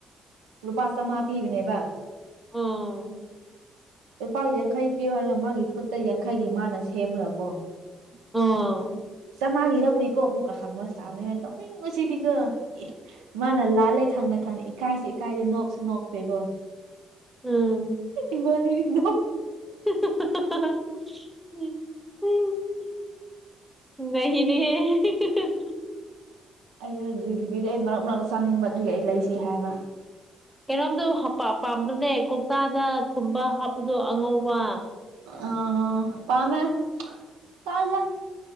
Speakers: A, on the right (about 80°); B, in the centre.
A: ꯂꯨꯄꯥ ꯆꯥꯝꯃꯉꯥ ꯄꯤꯕꯅꯦꯕ
B: ꯑꯥ
A: ꯂꯨꯄꯥ ꯌꯥꯡꯈꯩ ꯄꯤꯌꯣ ꯍꯥꯏꯔꯒ ꯃꯥꯒꯤ ꯈꯨꯠꯇ ꯌꯥꯡꯈꯩꯒꯤ ꯃꯥꯅ ꯁꯦꯝꯃꯒꯀꯣ
B: ꯑꯥ
A: ꯑ ꯃꯥꯒꯤ ꯂꯧꯗꯤꯦꯀꯣ ꯃꯨꯛ ꯈꯪꯕ ꯁꯥꯥꯕꯅꯤ ꯅ ꯂꯧꯅꯤꯡꯉ ꯆꯤꯗꯤꯤꯀ ꯃꯥꯅ ꯂꯥꯜꯂꯦ ꯈꯪꯅ ꯈꯪꯅ ꯏꯀꯥꯏꯁꯤ ꯏꯀꯥꯏꯗꯦ ꯅꯣꯛꯁꯨ ꯅꯣꯛꯇꯦꯀꯣ
B: ꯎꯝ
A: ꯏꯃꯅꯤ ꯅꯣ
B: ꯇ ꯇꯛ ꯇꯛ ꯇ ꯅꯅꯦ
A: ꯑꯩꯁ ꯦꯂꯤꯚꯔꯤꯗꯤ ꯑꯩ ꯃꯔꯛ ꯃꯔꯛꯛꯇ ꯆꯥꯅꯤꯡꯕ ꯑꯗꯨꯒꯤ ꯑꯩ ꯂꯩꯁꯦ ꯍꯥꯏꯕ
B: ꯀꯩꯅꯣꯝꯗꯣ ꯄꯥꯝꯗꯅꯦ ꯀꯧꯇꯥꯗ ꯊꯨꯝꯕ ꯍꯥꯞꯄꯗꯣ ꯑꯉꯧꯕ
A: ꯑ ꯄꯅꯦ ꯆꯥꯖ